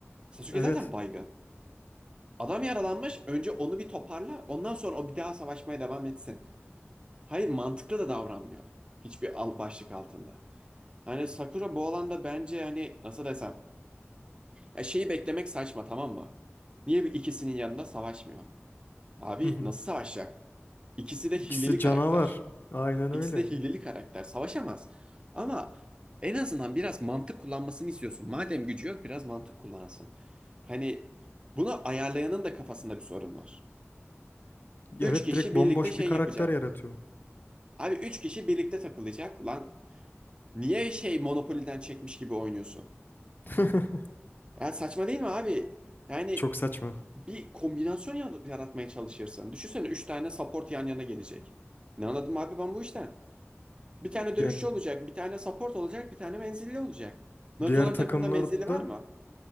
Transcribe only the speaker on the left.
Evet.
Hı hı.
İkisi canavar.
Aynen
öyle.
Evet
direkt
bomboş
bir karakter
yaratıyor.
<laughs>
Çok saçma.
Ya
diğer takımlarda